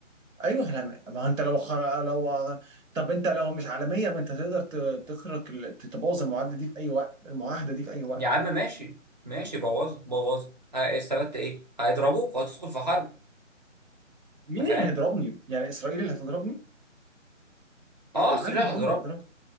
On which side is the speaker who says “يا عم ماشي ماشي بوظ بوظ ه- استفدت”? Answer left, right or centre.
Right